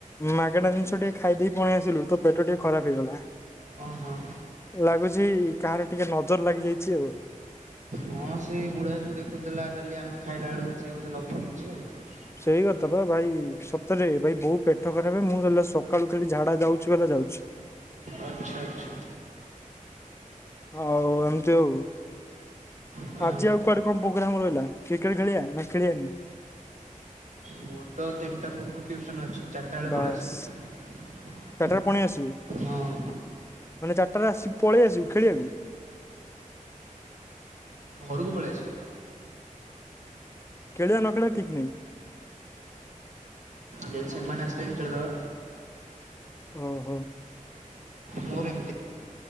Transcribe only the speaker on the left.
ମାଗେଣା ଜିନିଷ ଟିକେ ଖାଇଦେଇ ପଣେଇ ଆସିଲୁ ତ ପେଟ ଟିକେ ଖରାପ ହେଇଗଲା।
ଲାଗୁଛି କାହାର ଟିକେ ନଜର ଲାଗି ଯାଇଛି ଆଉ।
ସେଇ କଥା ବା ଭାଇ ସତରେ ଭାଇ ବୋଉ ପେଟ ଖରାପ ମୁଁ ତା ସକାଳୁ ଖାଲି ଝାଡା ଯାଉଛି ଵା ଯାଉଛି।
ହଉ ଏମିତି ଆଉ।
ଆଜି ଆଉ କୁଆଡେ କଣ ପ୍ରୋଗ୍ରାମ ରହିଲା କ୍ରିକେଟ ଖେଳିବା ନା ଖେଲିବାନି?
ବାସ୍
ଚାରିଟାରେ ପୁଣି ଆସିବୁ
ମାନେ ଚାରିଟାରେ ଆସ ପଳେଇ ଆସିବୁ ଖେଳିବାକୁ।
ଖେଳିବା ନଖେଳିବା ଠିକ ନାହିଁ।
ହ ହୋ।